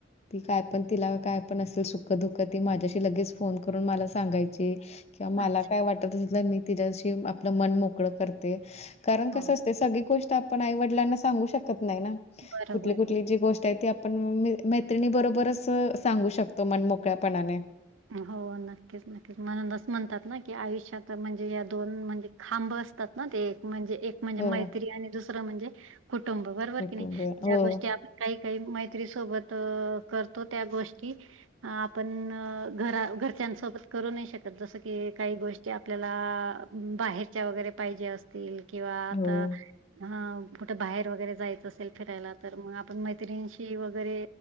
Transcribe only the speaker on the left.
ती काय पण तिला काय पण असेल सुखं दुखं ती माझ्याशी लगेच फोन करून मला सांगायची. किंवा मला
काय वाटत असेल तर मी तिच्याशी आपलं मन मोकळं करते कारण
कसं असं ते सगळी गोष्ट आपण आई वडिलांना सांगू शकत नाय ना
कुठली कुठली
जी गोष्ट आहे ती आप आपण म मैत्रिणी बरोबरच सांगू शकतो मन मोकळ्यापणाने
हो
कुटुंब
हो,
हो,